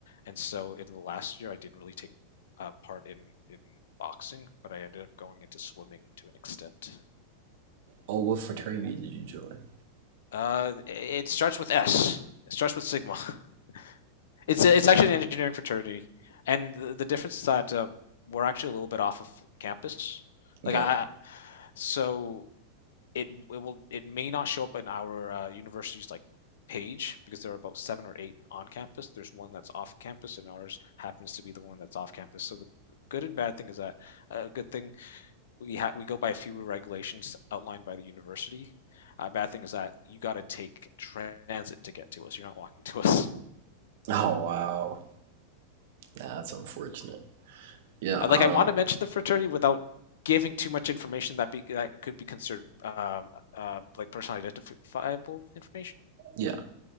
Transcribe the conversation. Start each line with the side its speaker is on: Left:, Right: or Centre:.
Left: and so in the last year, I didn't really take uh, part in in boxing, but I ended up going into swimming to an extent.
Right: oh, what fraternity did you join?
Left: Uh, it starts with S. It starts with Sigma. <laughs> It's it's actually an engineering fraternity, and the, the difference is that uh, we're actually a little bit off of campus.
Right: Yeah.
Left: Like I, so it it will it may not show up in our uh, university's like page because there are about seven or eight on campus. There's one that's off campus, and ours happens to be the one that's off campus. So the good and bad thing is that a uh, good thing we ha- we go by fewer regulations outlined by the university. A uh, bad thing is that you got to take transit to get to us. You're not walking <laughs> to us.
Right: Oh wow, nah, that's unfortunate. Yeah.
Left: I, like
Right: Um.
Left: I want to mention the fraternity without giving too much information that be that could be considered um, uh, like personally identifiable information.
Right: Yeah.